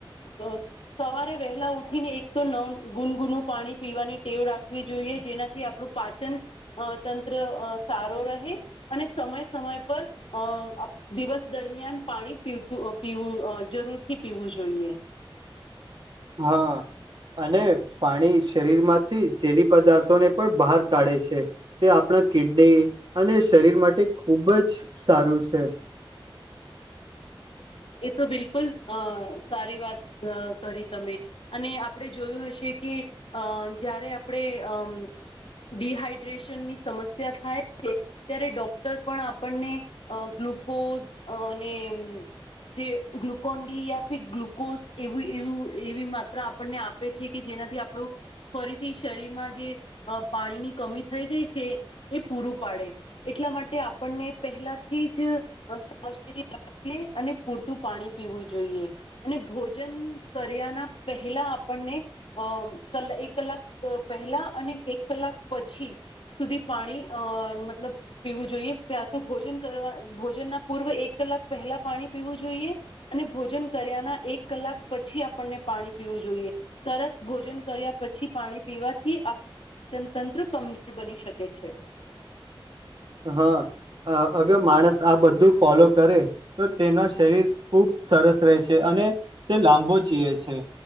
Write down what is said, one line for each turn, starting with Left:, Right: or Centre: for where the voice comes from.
Left: અ સવારે વહેલા ઉઠીને એક તો નવ ગુનગુનુપાણી પીવાની ટેવ રાખવી જોઈએ જેનાથી આપણું પાચન તંત્ર તંત્ર સારો રહે અને સમય સમય પર અ દિવસ દરમિયાન પાણી પીવતુ પીવું અ જરૂરથી પીવું જોઈએ
Right: હા અને પાણી શરીર માંથી ઝેરી પદાર્થોને પણ બહાર કાઢે છે તે આપણે ના કિડની અને શરીર માટે ખૂબ જ સારું છે
Left: એ તો બિલકુલ અ સારી વાત કરી તમે અને આપણે જોયું હશે કે અ જયારે આપણે અમ ડિહાઈડ્રેશનની સમસ્યા થાય છે ત્યારે ડોક્ટર પણ આપણને ગ્લુકોઝ અને જે ગ્લુકોન ડી યા ફી ગ્લુકોઝ એવી એ એવી માત્રા આપણને આપે છે કે. જેનાથી આપણું. ફરીથી શરીરમાં જે પાણીની કમી થઈ ગઈ છે એ પૂરું પાડે એટલે. એટલા માટે આપણને પહેલાથી જ સાવચેતી રાખીએ. અને પૂરતું પાણી પીવું જોઈએ અને ભોજન કર્યાના પહેલા આપણને. અમ ક એક કલાક પહેલા અને એક કલાક પછી સુધી પાણી અ મતલબ પીવું જોઈએ ત્યાં તો ભોજન કરવા ભોજનના પૂર્વ એક. કલાક પહેલા પાણી પીવું જોઈએ અને ભોજન કર્યાના એક કલાક પછી આપણને પાણી પીવું જોઈએ. તરત ભોજન કર્યા પછી પાણી પીવાથી આપણું. જનતંત્ર કમજોર બની શકે છે.
Right: <inaudible> હા અગર માણસ આ બધું ફોલો કરે તો તેના શરીર ખુબ સરસ રહે છે અને તે લાંબો જીએ છે